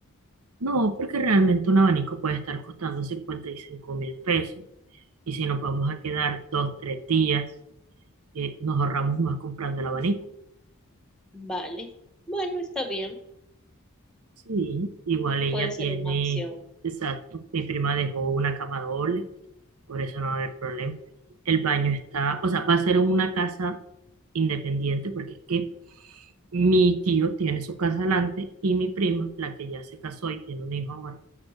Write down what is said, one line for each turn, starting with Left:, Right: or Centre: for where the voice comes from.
Right: no, porque realmente un abanico puede estar costando cincuenta y cinco mil pesos y si nos vamos a quedar dos, tres días, eh, nos ahorramos más comprando el abanico.
Centre: Vale. Bueno, está bien,
Right: Sí, igual ella
Centre: puede ser
Right: tiene,
Centre: una opción.
Right: exacto, mi prima dejó una cama doble, por eso no va a haber problema. El baño está, o sea, va a ser una casa independiente porque es que Mi tío tiene su casa adelante y mi prima, la que ya se casó y tiene un hijo ahora,